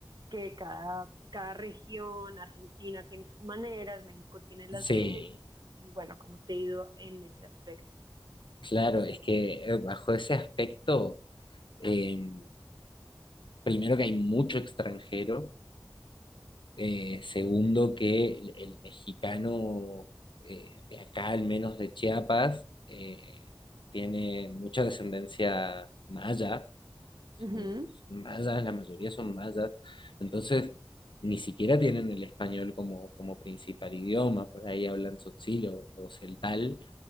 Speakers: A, on the right (about 55°); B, on the left (about 65°).
A: que cada, cada región, Argentina tiene sus maneras, México tiene las
B: sí,
A: de ellos, y bueno, ¿cómo te ha ido en ese aspecto?
B: claro, es que eh, bajo ese aspecto, eh, primero que hay mucho extranjero Eh, segundo, que el, el mexicano eh, de acá, al menos de Chiapas, eh, tiene mucha descendencia maya.
A: Ujú,
B: son Mayas, la mayoría son mayas. Entonces, ni siquiera tienen el español como, como principal idioma. Por ahí hablan tzotzil o, o celtal.